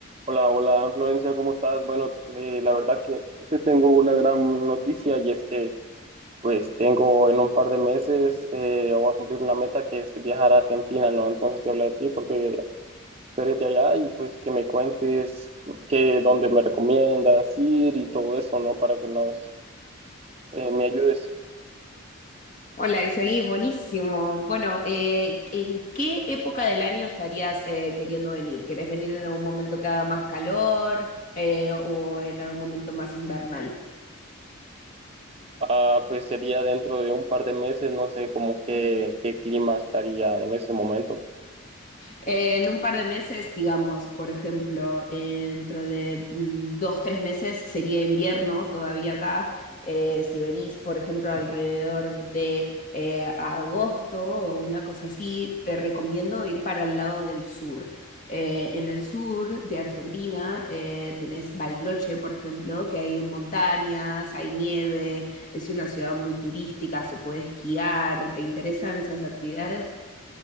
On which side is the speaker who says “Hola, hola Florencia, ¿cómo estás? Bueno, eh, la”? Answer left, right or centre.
Right